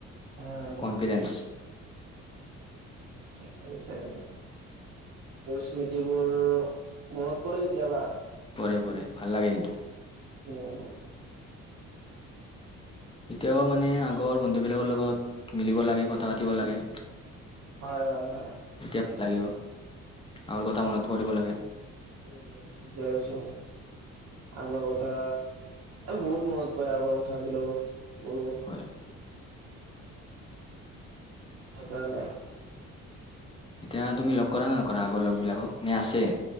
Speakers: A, on the right (about 60°); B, on the left (about 20°).
A: হয়।
B: কনফিডেন্স
A: ঠিক কৈছা তুমি, স্মৃতিবোৰ মনত পৰে কেতিয়াবা।
B: পৰে পৰে ভাল লাগে কিন্তু।
A: উম।
B: এতিয়াও মানে আগৰ বন্ধুবিলাকৰ লগত মিলিব লাগে কথা পাতিব লাগে।
A: হয় হয় হয়।
B: এতিয়া ভাল লাগিব আৰু কথা মনত পৰিব লাগে।
A: উম ঠিকে আছে। আগৰ কথা বহুত মনত কৰে আগৰ কথাবিলও গৰু।
B: হয়।
A: সেইকাৰণে।
B: এতিয়া তুমি লগ কৰা নে নকৰা আগৰ লগবিলাকক মে আছে।